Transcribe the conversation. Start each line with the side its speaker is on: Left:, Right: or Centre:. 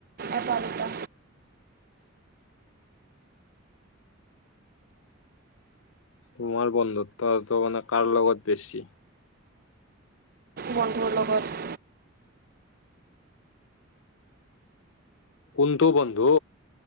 Right: এটা দুটা।
Left: তোমাৰ বন্ধুত্বটো মানে কাৰ লগত বেছি?
Right: বন্ধুৰ লগত।
Left: কোনটো বন্ধু?